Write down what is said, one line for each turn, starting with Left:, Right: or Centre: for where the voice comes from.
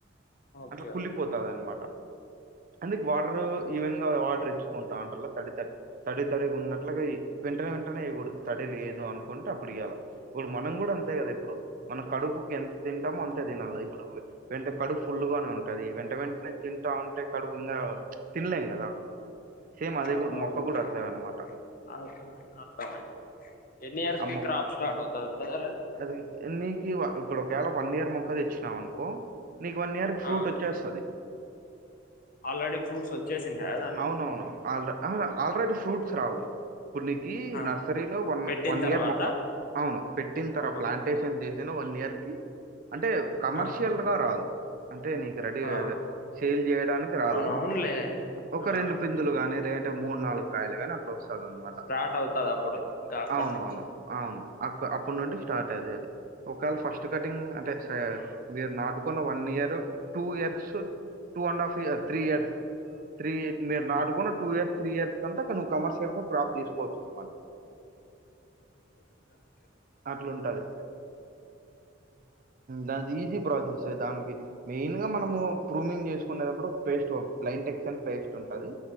Left: ఓకే
Right: అట్లకుల్లిపోతాది
Left: ఓకే
Right: అనమాట అందుకు వాటర్ ఈవెన్ వాటర్ ఇచ్చుకుంటాం అంటలో తడి తడి తడి తడి ఉన్నట్లుగా వెంటనే వెంటనే వేయకూడదు తడి లేదు అనుకుంటే అప్పుడు ఇయ్యాలా ఇప్పుడు మనం కూడా అంతే కదా ఇప్పుడు మన కడుపు ఎంత తింటాము అంతే తినాలి వెంట కడుపూ ఫుల్గానే ఉంటది వెంట వెంటనే తింటా ఉంటే కడుపు ఇంకా తినలేం కదా సేమ్ అదే
Left: అవునవును
Right: కూడా మొక్క
Left: బ్రదర్
Right: కూడా అట్లనే
Left: అర్
Right: అనమాట
Left: అర్థమైంది అర్థమైంది ఎన్ని ఇయర్స్
Right: ఆ
Left: కి
Right: మొ
Left: క్రాప్ స్టార్ట్ అవుతది బ్రదర్ అది
Right: అదికి ఇక్కడ ఒకవేళ వన్ ఇయర్ మొక్క తెచ్చు అనుకో నీకు వన్ ఇయర్ ఫ్రూట్
Left: ఆ
Right: వచ్చేస్తది
Left: ఆల్రెడీ ఫ్రూట్స్ వచ్చేసింటాయా దానికి
Right: అవునవును ఆహ్ ఆల్రెడి ఫ్రూట్ రావు ఇప్పుడు నీకి
Left: ఆ
Right: నర్సరీలో వన్
Left: పెట్టిన
Right: వన్
Left: తర్వాత
Right: ఇయర్ మొక్క అవును పెట్టిన తర్వా
Left: ఆ
Right: ప్లాంటేషన్ చే వన్ ఇయర్ కి అంటే కమర్షియల్గా
Left: ఆ
Right: రాదు. అంటే నీకు రెడీ
Left: ఆ
Right: సేల్ చేయడానికి రాదు.
Left: అవునవునులే
Right: ఒక
Left: ఆ
Right: రెండు పిందులు గానీ అంటే మూడు నాలుగు కాయలు గానీ అట్లు నమాట
Left: స్టార్ట్ అవుతది అప్పుడు ఇంకా అప్పటి
Right: అవునవును
Left: నుంచి
Right: అవును అ అప్పుడునుండి స్టార్ట్ అయిది. అది ఒకవేళ ఫస్ట్ కటింగ్ అంటే సే మీరు నాటుకున్న one year, two years, two and half year three years three ఇ మీరు
Left: హ్మ్.
Right: నాటుకున్న టూ ఇయర్స్. త్రీ ఇయర్స్ కంటా నువ్వు కమర్షియల్ ప్రాప్ తీసుకోవచ్చు అనమాట
Left: ఒకే
Right: అట్లా ఉంటది. దాన్ది ఈజీ ప్రాసెస్ దానికి మెయిన్ గా మనము ప్రూమింగ్ చేసుకునేటప్పుడు, ఒక పేస్ట్ బ్లైన్ ట ఎక్స్న్ పేస్ట్ ఉంటుంది.